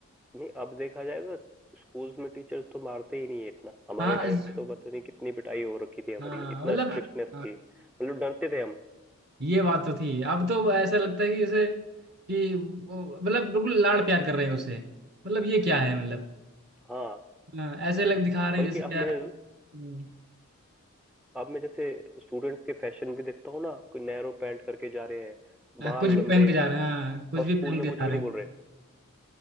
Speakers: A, in the centre; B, on the right.
A: नहीं अब देखा जाएगा स्कूल्स में टीचर्स तो मारते ही नहीं है इतना हमारे
B: हाँ
A: टाइम
B: इस-
A: पे तो पता नहीं कितनी पिटाई हो रखी थी हमारी
B: हाँ
A: इतना
B: मतलब
A: स्ट्रिक्टनेस
B: हाँ,
A: थी मतलब डरते थे हम
B: ये बात तो थी अब तो ऐसा लगता है कि जैसे कि वो मतलब बिल्कुल लाड़ प्यार कर रहे हैं उसे मतलब ये क्या है मतलब
A: हाँ
B: हाँ, ऐसे लग दिखा रहे
A: बल्कि
B: हैं जैसे
A: अब
B: यार
A: मैं
B: हम्म।
A: अब मैं जैसे स्टूडेंट्स के फैशन भी देखता हूँ ना कोई नैरो पैंट करके जा रहे हैं
B: हाँ,
A: बाल
B: कुछ भी
A: लंबे
B: पहन के जा रहे हैं
A: हैं
B: हाँ कुछ
A: और
B: भी
A: स्कूल
B: पहन
A: में
B: के
A: कुछ
B: जा
A: भी
B: रहे
A: नहीं
B: हैं
A: बोल रहे